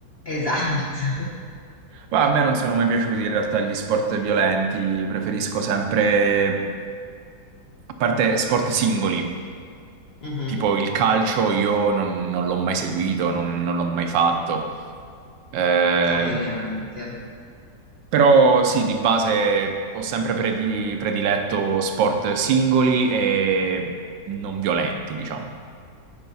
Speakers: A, on the left; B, on the right.
A: Esatto.
B: Ma a me non sono mai piaciuti in realtà gli sport violenti, preferisco sempre, a parte sport singoli,
A: <laughs> Mhm.
B: tipo il calcio, io non, non l'ho mai seguito, non, non l'ho mai fatto. Eh,
A: No, io neanche.
B: però sì, di base ho sempre predi- prediletto sport singoli e non violenti, diciamo.